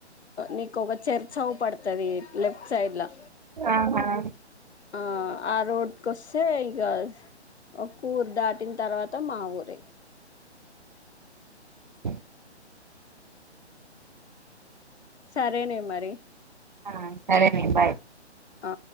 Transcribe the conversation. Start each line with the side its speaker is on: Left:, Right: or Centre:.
Left: నీకు ఒక చర్చి అవ్ పడతది లెఫ్ట్ సైడ్లో
Right: ఆహా
Left: ఆ ఆ రోడ్ కోస్తే ఇక <unintelligible> పుట్టిన తర్వాత మా ఊరే
Right: అ
Left: సరే నే మరి
Right: ఆ సరేనే బాయ్
Left: ఆ